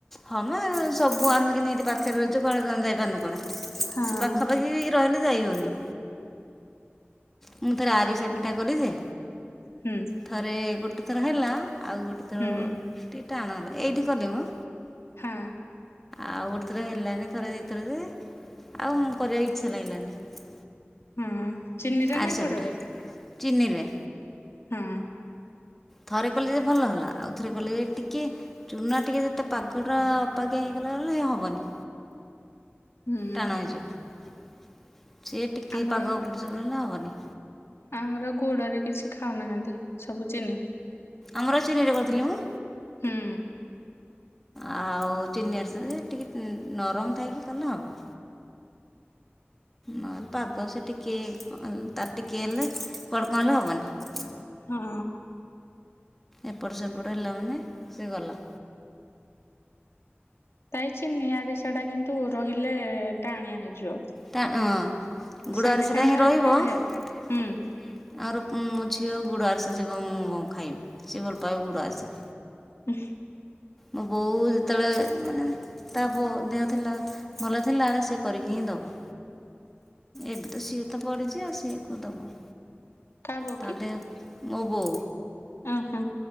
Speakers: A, in the centre; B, on the left (about 80°).
A: ହଁ ମ ସବୁ ଆମେ କିନ୍ତି ହେଠି ପାଖରେ ରହିଛୁ କଣ କ ଯାଇପାରୁନୁ କୁଆଡେ।
B: ହଁ।
A: ସେ ପାଖାପାଖି ରହିଲେ ଯାଇ ହୋଉନି। ମୁଁ ଥରେ ଆରିସା ପିଠା କଲି ଯେ
B: ହୁଁ।
A: ଥରେ ଗୋଟେ ଥର ହେଲା ଆଉ ଗୋଟେ ଥର
B: ହୁଁ
A: ଟିକେ ଟାଣ ହେଲା ଏଇଠି କଲି ମୁଁ।
B: ହଁ।
A: ଆଉ ଗୋଟେ ଥର ହେଲାନି ଥରେ ଦିଇଥର ଯେ ଆଉ ମୁଁ କରିବାକୁ ଇଚ୍ଛା ଲାଗିଲାନି।
B: ହୁଁ ଚିନିରେ
A: ଆରିସା
B: ନା ଗୁଡରେ?
A: ପିଠା ଚିନିରେ।
B: ହଁ।
A: ଥରେ କଲିଯେ ଭଲ ହେଲା ଆଉଥରେ କଲିଯେ ଟିକେ ଚୁନା ଟିକେ ଯେତେ ପାଗଟା ଅପାଗେ ହେଇଗଲା ବଲେ ହ ହବନି।
B: ହୁଁ
A: ଟାଣ ହେଇଯିବ। ସିଏ ଟିକେ
B: ଆମର
A: ପାଗ ଏପଟ ସେପଟ ହେଲେ ଆଉ ହବନି।
B: ଆମର ଗୁଡରେ କିଛି ଖାଉନାହାନ୍ତି ସବୁ ଚିନି।
A: ଆମର ଚିନିରେ କରିଥିଲି ମୁଁ।
B: ହୁଁ
A: ଆଉ ଚିନି ଆରିସା ଯେ ଟିକେ ନରମ ଥାଇକି କଲେ ହବ। ନହେଲେ ପାଗ ସେ ଟିକେ ତାର ଟିକେ ହେଲେ କୁଆଡେ କଣ ହେଲେ ହବନି।
B: ହଁ।
A: ଏପଟ ସେପଟ ହେଲା ମାନେ ସେ ଗଲା।
B: ତାଇଛି ନିଆଁଦିଶା ଟା କିନ୍ତୁ ରହିଲେ ଟାଣିଆ ହେଇଯିବ।
A: ଟା ହଁ ଗୁଡ଼
B: ସାଙ୍ଗେ
A: ଆରିସା
B: ସାଙ୍ଗେ
A: ଟା ହିଁ
B: ଖାଇବ
A: ରହିବ।
B: ପୁରା ବଢିଆ।
A: ଆମର
B: ହୁଁ
A: ମୋ ଝିଅ ଗୁଡ଼ ଆରସା ସିଏ କ ମୁଁ ଖାଇବି, ସିଏ ଭଲପାଇବ ଗୁଡ଼ ଆରିସା।
B: ହ
A: ମୋ ବୋଉ ଯେତେବେଳେ ମାନେ ତା ବୋଉ ଦେହ ଥିଲା ଭଲ ଥିଲାବେଳେ ସିଏ କରିକି ହିଁ ଦେବ। ଏବେ ତ ସିଏ ତ ପଡ଼ିଛି ଆଉ ସିଏ କୋଉ ଦବ।
B: କା ବୋଉ
A: ତା
B: କି
A: ଦେ, ମୋ ବୋଉ
B: ଅହଁ